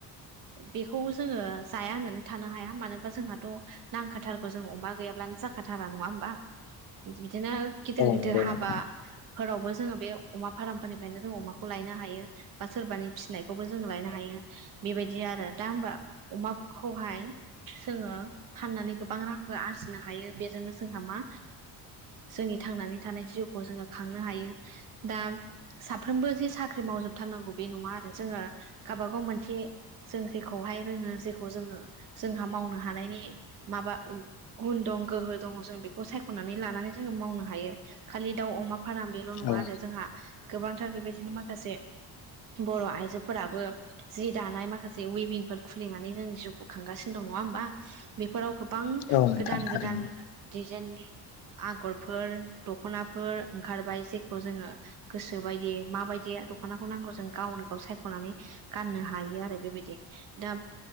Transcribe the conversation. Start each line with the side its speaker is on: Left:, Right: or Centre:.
Right: बेखौ जोङो जाया होननानै थानो हाया मानोबा जोंहाथ' नांखाथारगौ जोंो अमा गैयाब्लानो जाखाथारा नङा होमबा बिदिनो गिदिर
Left: औ
Right: गिदिर
Left: नंगौ
Right: हाबाफोरावबो
Left: नोंथां
Right: जोङो बे अमा फार्मफोरनिफ्रायनो जों अमाखौ लायनो हायो बा सोरबानि फिसिनायखौबो जों लायनो हायो बेबायदि आरो दा हबा अमाखौहाय जोङो फाननानै गोबां रांबो आरजिनो हायो बेजोंनो जोंहा मा? जोंनि थांनानै थानाय जिउखौ जोङो खांनो हायो दा साफ्रोमबो जे साख्रि मावजोबथारनांगौ बे नङा आरो जोङो गावबागाव मोनसे जों जेखौहाय रोङो जेखौ जोङो जोंहा मावनो हानायनि माबा गुन दं गोहो दङ जों बेखौ सायख'नानै लानानै जोङो मावनो हायो। खालि दाउ अमा फार्म बेल' नङा
Left: औ
Right: आरो जोंहा गोबांथार बेबायदिनो माखासे बर' आइजोफोराबो जि दानाय माखासे उविन फोर खुलिनानै जोंनि जिउखौ खांगासिनो दं नङा होमबा बेफोराव गोबां
Left: औ नोंथां
Right: गोदान
Left: थारैनो
Right: गोदान दिजाइननि आगरफोर दख'नाफोर ओंखारबाय जेखौ जोङो गोसो बायदि माबायदि दख'नाखौ नांगौ जों गावनो गाव सायख'नानै गाननो हायो आरो बेबायदि दा